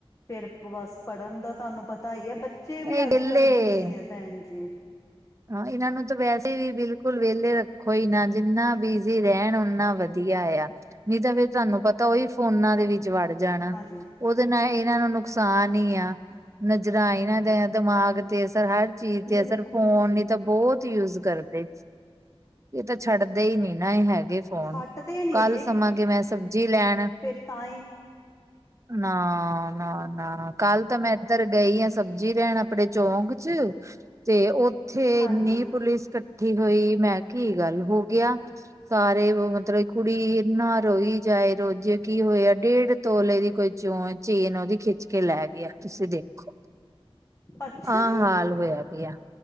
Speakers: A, on the left (about 30°); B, on the right (about 30°).
A: ਫੇਰ ਪ ਬਸ ਪੜਨ ਦਾ ਤਾਨੂੰ ਪਤਾ ਈ ਐ ਬੱਚੇ
B: ਨਹੀਂ
A: ਵੀ ਅੱਜ
B: ਵਿਹਲੇ
A: ਕੱਲ ਬਿਜ਼ੀ ਐਂ ਪੈਨਜੀ।
B: ਹਾਂ ਏਨਾਂ ਨੂੰ ਤਾ ਵੈਸੇ ਵੀ ਬਿਲਕੁਲ ਵੇਲੇ ਰੱਖੋ ਇਨਾ ਜਿੰਨਾ ਬਿਜ਼ੀ ਰੈਣ ਓਨਾਂ ਵਧੀਆ ਐਆ। ਨੀ ਤਾਂ ਫੇਰ ਤੁਆਨੂੰ ਪਤਾ ਓਈ ਫੋਨਾਂ ਦੇ ਵਿੱ ਚ ਵੜ ਜਾਣਾ।
A: ਹਾਂਜੀ
B: ਓਦੇ ਨਾਲ ਏਨਾਂ ਨੂੰ ਨੁਕਸਾਨ ਈ ਆ। ਨਜਰਾਂ ਏਨਾਂ ਦਾਯਾਂ ਦਿਮਾਗ ਤੇ ਅਸਰ ਹਰ ਚੀਜ ਤੇ
A: ਬਿਲਕੁਲ
B: ਅਸਰ <unintelligible>
A: ਜੀ
B: ਨੀ ਤਾਂ ਬੋਤ ਯੂਜ਼ ਕਰਦੇ ਏ ਤਾਂ ਛੱਡਦੇ ਈ ਨੀ ਨਾ। ਏ ਹੈਗੇ ਫੋਨ।
A: ਹਟਦੇ ਨੀ
B: ਕੱਲ ਸਮਾਂਗੇ ਮੈਂ ਸਬਜੀ ਲੈਣ
A: ਤਾਂਈ
B: ਨਾਲ ਨਾ-ਨਾ, ਕੱਲ ਤਾਂ ਮੈਂ ਏੱਧਰ ਗਈ ਆ ਸਬਜ਼ੀ ਲੈਣ ਆਪਣੇ ਚੋਂਕ 'ਚ ਤੇ ਓ ਥੇ
A: ਹਾਂਜੀ
B: ਇੰਨੀ ਪੁਲਿਸ ਕੱ ਠੀ ਹੋਈ। ਮੈਂ ਕੀ ਗੱਲ ਹੋ ਗਿਆ। ਸਾਰੇ ਵੋ ਮਤਲਬ ਇੱਕ ਕੁੜੀ ਇੰਨਾਂ ਰੋਈ ਚਾਏ ਰੋ ਜੇ ਕੀ ਹੋਏਆ ਡੇਢ ਤੋਲੇ ਦੀ ਕੋਈ ਚੋ ਚੇਨ ਓਦੀ ਖਿੱਚ ਕੇ ਲੈ ਗਿਆ। ਤੁਸੀ ਦੇਖੋ।
A: ਅੱਛਾ
B: ਆ
A: ਜੀ
B: ਹਾਲ ਹੋਇਆ ਪਿਐ।